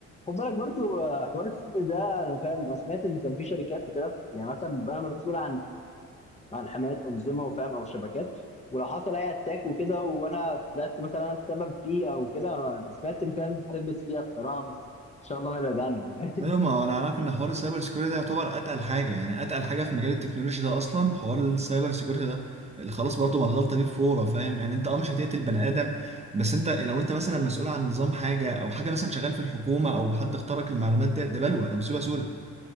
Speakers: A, on the left; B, on the right.
A: خد بالك برضو آه، حوار السجن ده انا فاهم انا سمعت ان كان في شركات وكده يعني مثلا انا مسؤول عن عن حمايه انظمه وفاهم او شبكات ولو حصل اي اتاك وكده وانا طلعت مثلا انا السبب فيه او كده أنا سمعت ان في ناس بتلبس فيها الصراحه بس ان شاء الله انا بعيد عنهم يعني
B: ايوه ما هو انا عارف ان حوار السايبر سيكيورتي ده يعتبر اتقل حاجه يعني اتقل حاجه في مجال التكنولوجي ده اصلا حوار السايبر سيكيورتي ده اللي خلاص برضو ما الغلطه فيه فوره فاهم يعني انت اه مش هتقتل بني ادم بس انت لو انت مثلا مسؤول عن نظام حاجه او حاجه مثلا شغال في الحكومه او حد اخترق المعلومات ده ده بلوه ده مصيبه سودة